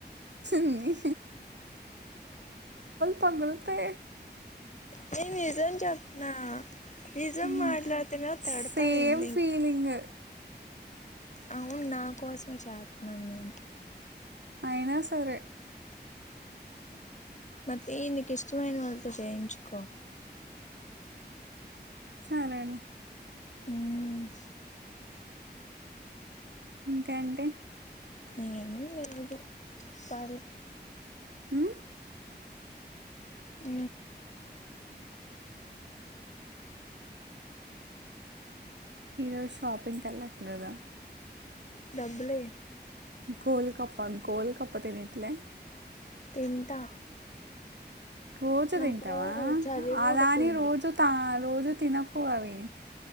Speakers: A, on the right; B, on the left.
A: నీ పగులుతే
B: నేను నిజం చెప్తున్న నిజం
A: హ్మ్.
B: మాట్లాడతనే తిడతవెంది
A: సేమ్ ఫీలింగ్.
B: అవును నా కోసమే చేస్తున్నాను నేను
A: అయినా సరే
B: మతి నీకు ఇష్టమైన వాళ్ళతో చేయించుకో
A: సరేలే
B: ఉమ్
A: ఇంకేంటి
B: ఏమి లేదు సరే
A: ఉమ్,
B: ఉ
A: ఈరోజు షాపింగ్కి వెళ్ళట్లేదా
B: డబ్బలే
A: గోల్ కప్ప గోల్ కప్ప తినీట్లే
B: తింటా
A: రోజు
B: నాకు
A: తింటావా
B: చలి పుడుతుంది
A: అలాని రోజు తా రోజు తినకు అవి